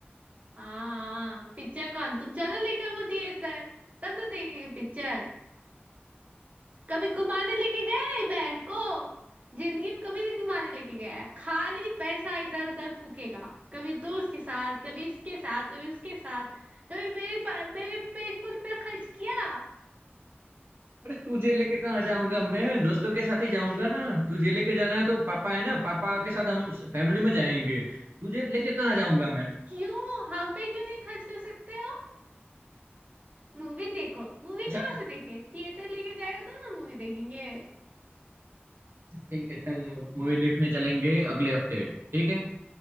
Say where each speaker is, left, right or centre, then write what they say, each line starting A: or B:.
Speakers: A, on the right; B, on the right.
A: हाँ पिक्चर कौन तुम चलो लेके हमको थिएटर तब ना देखेंगे पिक्चर कभी घुमाने लेके गए बहन को जिंदगी में कभी नहीं घुमाने लेके गया है। खाली पैसा इधर उधर फूकेगा कभी दोस्त के साथ कभी इसके साथ कभी उसके साथ कभी मेरे पा- मेरे पे कुल पे खर्च किया
B: अरे तुझे लेके कहाँ जाऊंगा मैं दोस्तों के साथ ही जाऊंगा ना तुझे लेके जाना है तो पापा है ना पापा के साथ हम फैमिली में जाएंगे तुझे लेके कहाँ जाऊंगा मैं
A: क्यों हम पे क्यों नहीं खर्च कर सकते हो मूवी देखो मूवी
B: अच्छा
A: कहाँ
B: अच्छा
A: से देखे थिएटर लेके जाएगा तो ना मूवी देखेंगे
B: ठीक है चल मूवी देखने चलेंगे अगले हफ्ते ठीक है